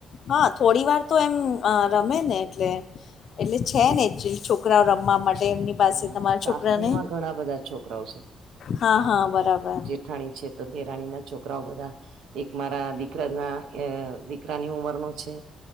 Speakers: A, on the left (about 60°); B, on the right (about 80°).
A: હા થોડી વાર તો એમ રમે ને એટલે એટલે છે
B: હા
A: ને એક્ચ્લી છોકરાવ રમવા માટે એમની પાસે
B: હા
A: તમારા
B: સાસરીમાં
A: છોકરા ને,
B: ઘણા બધા છોકરાઓ
A: હા, હા બરાબર.
B: ઠાણી છે, તો દેરાણીના છોકરાઓ બધા એક મારા દીકરા ના અહ દીકરાની ઉંમરનો છે.